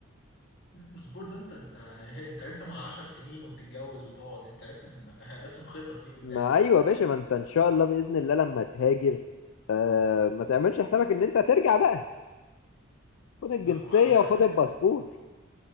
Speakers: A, on the left; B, on the left.
A: الباسبور ده انت انت <laughs> انت راسم على 10 سنين وتتجوز وتقعد انت راسم <laughs> راسم خطط دي قدام
B: ما ايوه يا باشا ما انت ان شاء الله باذن الله لما تهاجر آه، ما تعملش حسابك ان انت ترجع بقى خد الجنسية
A: مع مع مع-
B: وخد الباسبور